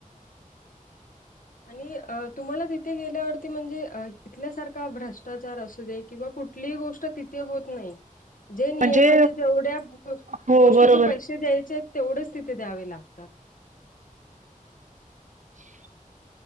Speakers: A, on the left; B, on the right.
A: आणि तुम्हाला तिथे गेल्यावरती म्हणजे तिथल्यासारखा भ्रष्टाचार असू दे किंवा कुठलीही गोष्ट तिथे होत नाही. जे नियमाने
B: म्हणजे
A: जेवढ्या
B: हो,
A: गोष्टीचे
B: बरोबर.
A: पैसे द्यायचे आहेत तेवढेच तिथे द्यावे लागतात
B: ह्